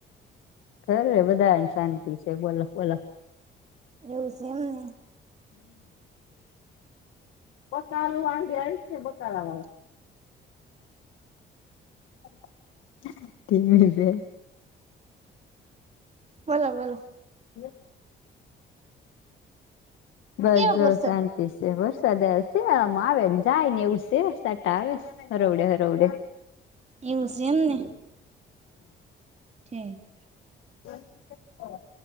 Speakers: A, on the left; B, on the right.
A: ઘરે બધાને શાંતિ છે બોલો બોલો
B: એવું છે એમ ને
A: બકારું વાડી છે બકારા વાળા <unintelligible>
B: બોલો બોલો
A: હ બસ
B: કેવાક વરસાદ
A: જસ વરસાદ સેમ આવેને જાય ને એવું સેવા સટા આવે હરવડે હરવડે
B: એવું છે એમને છેઠ
A: બ